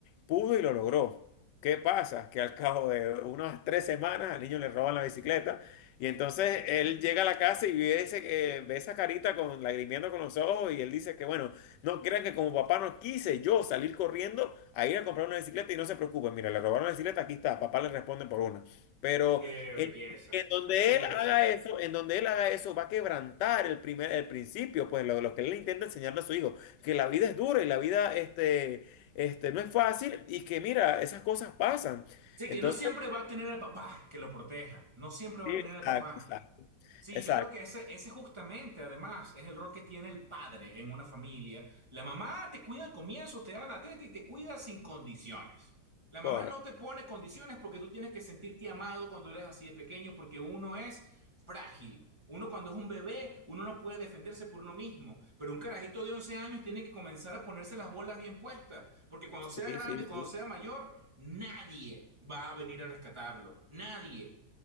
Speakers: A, on the left; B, on the right.
A: pudo y lo logró. ¿Qué pasa? Que al cabo de unas tres semanas al niño le roban la bicicleta y entonces él llega a la casa y ve, ese, eh, ve esa carita con lagrimiendo con los ojos y él dice que, bueno, no crean que como papá no quise yo salir corriendo a ir a comprar una bicicleta y no se preocupen, mira, le robaron la bicicleta, aquí está, papá le responde por una. Pero...
B: Qué belleza,
A: En donde
B: qué belleza.
A: él haga eso, en donde él haga eso, va a quebrantar el primer, el principio, pues lo, lo que él intenta enseñarle a su hijo, que la vida es dura y la vida, este, este, no es fácil y que mira, esas cosas pasan.
B: Sí,
A: Entonces,
B: que no siempre va a tener al papá que lo proteja, no siempre va
A: sí,
B: a tener
A: exacto,
B: al papá.
A: exacto,
B: Sí,
A: exacto,
B: yo creo que ese, ese justamente, además, es el rol que tiene el padre en una familia. La mamá te cuida al comienzo, te da la teta y te cuida sin condiciones. La mamá
A: correcto.
B: no te pone condiciones porque tú tienes que sentirte amado cuando eres así de pequeño, porque uno es frágil. Uno cuando es un bebé, uno no puede defenderse por uno mismo. Pero un carajito de 11 años tiene que comenzar a ponerse las bolas bien puestas, porque cuando
A: Sí,
B: sea grande,
A: sí,
B: cuando
A: sí.
B: sea mayor, nadie va a venir a rescatarlo. Nadie.